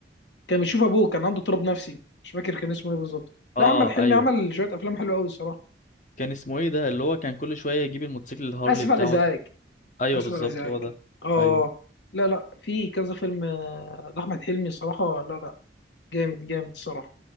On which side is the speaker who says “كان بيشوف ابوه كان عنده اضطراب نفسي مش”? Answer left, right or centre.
Left